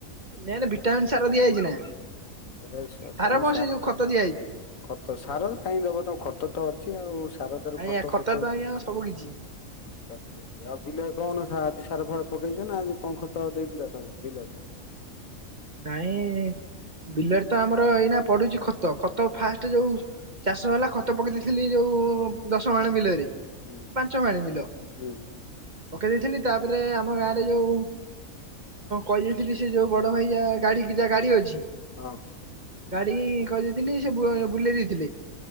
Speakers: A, on the right; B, on the left.
A: ନ ଭିଟାମନ୍ ସାର ଦିଆହଇଛି ନା।
B: ଏବେ
A: ସାର
B: ତମ
A: କଣ ସେ ଯୋଉ ଖତ ଦିଆହେଇଛି
B: ଖତ ସାର କାହିଁ ଦବ ତ ଖତ ତ ଅଛି ଆଉ ସାର ଦେର
A: ଆଜ୍ଞା
B: ଖତ
A: ଖତରେ
B: କେତେ
A: ତ ଆଜ୍ଞା ସବୁ କିଛି
B: ସବୁ ଆଉ ବିଲରେ କଣ ଆଜି ସାର ଫାର ପକେଇଛ ନା ଆଜି କଣ ଖତ ଦେଇଥିଲା ତମେ ବିଲ ରେ
A: ନାଇଁ ବିଲରେ ତ ଆମର ଏଇନା ପଡୁଚଛି ଖତ ଖତ ଫାଷ୍ଟ ଯୋଉ ଚାଷ ହେଲା ଖତ ତ ପକେଇ ଦେଇେଇଥିଲି ଯୋଉ ଦଶ ମାଣ ବିଲରେ
B: ହୁଁ
A: ପାଞ୍ଚ ମାଣ ବିଲ
B: ହୁଁ
A: ପକେଇ ଦେଇେଇଥିଲି ତାପରେ ଆମ ଗାଁ ରେ ଯୋଉ କହିଦେଇଥିଲି ସେ ଯୋଉ ବଡ ଭାଇ ଗାଡି କେ ଯା ଗାଡି ଅଛି।
B: ହଁ
A: ଗାଡି କହିଦେଇଥିଲି ସେ ବୁଲେଇ ଦେଇଥିଲେ।